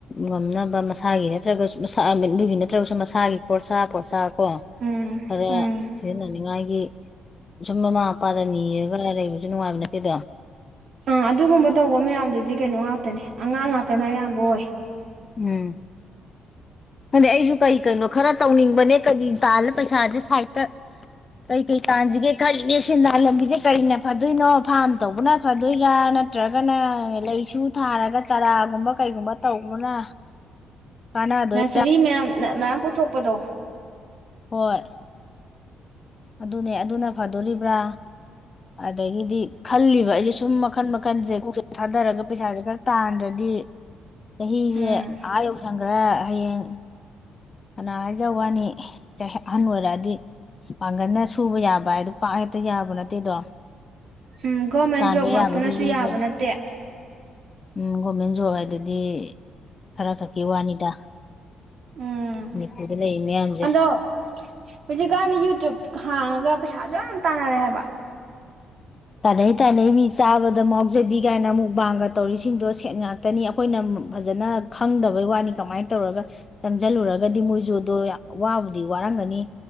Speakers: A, on the left; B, on the right.
A: ꯉꯝꯅꯕ ꯃꯁꯥꯒꯤ ꯅꯠꯇ꯭ꯔꯒꯁꯨ ꯃꯁꯥ ꯃꯤꯒꯤ ꯅꯠꯇ꯭ꯔꯒꯁꯨ ꯃꯁꯥꯒꯤ ꯄꯣꯠꯁꯥ ꯄꯣꯠꯁꯥ ꯀꯣ
B: ꯎꯝ
A: ꯈꯔ
B: ꯎꯝ
A: ꯁꯤꯖꯤꯟꯅꯅꯤꯡꯉꯥꯏꯒꯤ ꯁꯨꯝ ꯃꯃꯥ ꯃꯄꯥꯗ ꯅꯤꯔꯒ ꯂ ꯂꯩꯕꯁꯨ ꯅꯨꯡꯉꯥꯏꯕ ꯅꯠꯇ ꯛꯇꯗ
B: ꯑꯥ ꯑꯗꯨꯒꯨꯝꯕ ꯇꯧꯕ ꯃꯌꯥꯝꯗꯨꯗꯤ ꯀꯩꯅꯣ ꯉꯥꯛꯇꯅꯦ ꯑꯉꯥꯡ ꯉꯥꯛꯇꯅ ꯑꯌꯥꯝꯕ ꯑꯣꯏ
A: ꯎꯝ ꯑꯗꯩ ꯑꯩꯁꯨ ꯀꯔꯤ ꯀꯩꯅꯣ ꯈꯔ ꯇꯧꯅꯤꯡꯕꯅꯦ ꯀꯔꯤ ꯇꯥꯜꯂ ꯄꯩꯁꯥꯁꯦ ꯁꯥꯏꯠꯇ ꯀꯩ ꯀꯩ ꯇꯥꯟꯁꯤꯒꯦ ꯈꯜꯂꯤꯅꯦ ꯆ ꯂꯝꯕꯤꯗ ꯀꯔꯤꯅ ꯐꯗꯣꯏꯅꯣ ꯐꯥꯔꯝ ꯇꯧꯕꯅ ꯐꯗꯣꯏꯔꯥ ꯅꯠꯇ꯭ꯔꯒꯅ ꯂꯩꯁꯨ ꯊꯥꯔꯒ ꯆꯥꯔꯥꯒꯨꯝꯕ ꯀꯩꯒꯨꯝꯕ ꯇꯧꯕꯅ ꯀꯥꯟꯅꯗꯣꯏ
B: ꯊ꯭ꯔꯤ ꯃꯌꯥꯝ ꯅ ꯃꯌꯥꯝ ꯄꯨꯊꯣꯛꯄꯗꯣ
A: ꯍꯣꯏ ꯑꯗꯨꯅꯦ ꯑꯗꯨꯅ ꯐꯗꯣꯔꯤꯕ꯭ꯔꯥ ꯑꯗꯒꯤꯗꯤ ꯈꯜꯂꯤꯕ ꯑꯩꯁꯦ ꯁꯨꯝ ꯃꯈꯟ ꯃꯈꯟꯁꯦ ꯀꯣꯛꯁꯦ ꯊꯥꯗꯔꯒ ꯄꯩꯁꯥꯁꯦ ꯈꯔ ꯇꯥꯟꯗ꯭ꯔꯗꯤ ꯆꯍꯤꯖꯦ
B: ꯎꯝ
A: ꯑꯥ ꯌꯧꯁꯟꯈꯒ꯭ꯔꯦ ꯍꯌꯦꯡ ꯀꯅꯥ ꯍꯥꯏꯖ ꯋꯥꯅꯤ ꯆꯍꯤ ꯑꯍꯟ ꯑꯣꯏꯔꯛꯑꯗꯤ ꯄꯥꯡꯒꯜꯅ ꯁꯨꯕ ꯌꯥꯕ ꯍꯥꯏꯗꯣ ꯄꯥꯛ ꯍꯦꯛꯇ ꯌꯥꯕ ꯅꯠꯇꯦꯗꯣ
B: ꯎꯝ ꯒꯣꯔꯃꯦꯟ
A: ꯇꯥꯟꯕ
B: ꯖꯣꯕ ꯉꯥꯛꯇꯅꯁꯨ
A: ꯌꯥꯕꯒꯤ ꯋꯦꯁꯦ
B: ꯌꯥꯕ ꯅꯠꯇꯦ
A: ꯎꯝ ꯒꯣꯔꯃꯦꯟ ꯖꯣꯕ ꯍꯥꯏꯗꯨꯗꯤ ꯈꯔ ꯈꯛꯀꯤ ꯋꯥꯅꯤꯗ
B: ꯎꯝ
A: ꯃꯅꯤꯄꯨꯔꯗ ꯂꯩꯔꯤ ꯃꯌꯥꯝꯁꯦ
B: ꯑꯗꯣ ꯍꯧꯖꯤꯛꯀꯥꯟꯗꯤ ꯌꯨꯇꯨꯞ ꯍꯥꯡꯉꯒ ꯄꯩꯁꯥꯁꯨ ꯌꯥꯝ ꯇꯥꯟꯅꯔꯦ ꯍꯥꯏꯕ
A: ꯇꯥꯟꯅꯩ ꯇꯥꯟꯅꯩ ꯃꯤ ꯆꯥꯕ ꯗ ꯉꯥꯎꯖꯕꯤ ꯒꯥꯏꯅ ꯃꯨꯛꯕꯥꯡꯒ ꯇꯧꯔꯤꯁꯤꯡꯗꯣ ꯁꯦꯟ ꯉꯥꯛꯇꯅꯤ ꯑꯩꯈꯣꯏꯅ ꯐꯖꯅ ꯈꯪꯗꯕꯩ ꯋꯥꯅꯤ ꯀꯃꯥꯏꯅ ꯇꯧꯔꯒ ꯆꯪꯖꯜꯂꯨꯔꯒꯗꯤ ꯃꯣꯏꯖꯨꯗꯣ ꯋꯥꯕꯨꯗꯤ ꯋꯥꯔꯝꯒꯅꯤ